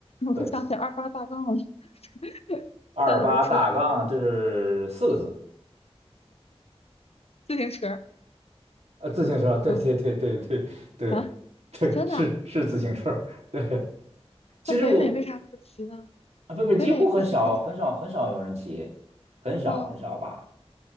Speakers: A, on the left; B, on the right.
A: 我都想起二八大杠了，
B: 对，
A: <laughs>
B: 二八大杠这是四个字，
A: 三轮车、自行车，
B: 呃，自行车，对对对对对对对，
A: 嗯啊，真的啊？
B: 是是自行车，对。其实我
A: 那北美为啥不骑呢？
B: 啊，不不，几乎很少很少很少有人骑，
A: 北美不骑自行车？
B: 很少很少吧。
A: 哦